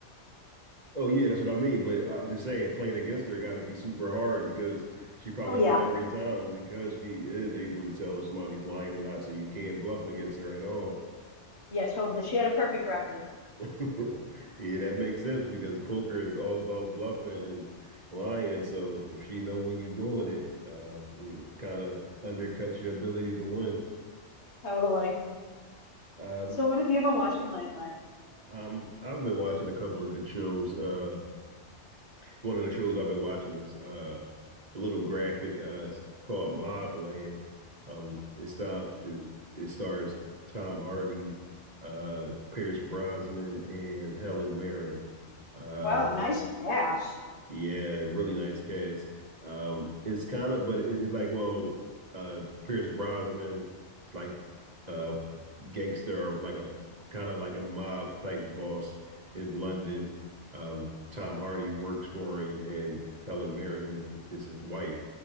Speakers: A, on the right (about 40°); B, on the left (about 65°).
A: Oh yeah, that's what I mean. But I'm just saying, playing against her got to be super hard because she probably
B: Oh, yeah.
A: won every time because she is able to tell if somebody's lying or not. So you can't bluff against her at all.
B: Yeah, totally. She had a perfect record.
A: <laughs> Yeah, that makes sense because poker is all about bluffing and lying. So if she know when you're doing it, uh, it kind of undercuts your ability to win.
B: Totally.
A: Um,
B: So, what have you been watching lately?
A: um, I've been watching a couple of good shows. Uh, one of the shows I've been watching is uh, a little graphic. Uh, it's called Mobland. Um, it start it, it stars Tom Hardy, uh, Pierce Brosnan, and Helen Mirren. Um,
B: Wow, nice cast.
A: yeah, really nice cast. Um, it's kind of, but it's like, well, uh, Pierce Brosnan is like uh, gangster or like a kind of like a mob type boss in London. Um, Tom
B: Okay.
A: Hardy works for him, and Helen Mirren is, is his wife,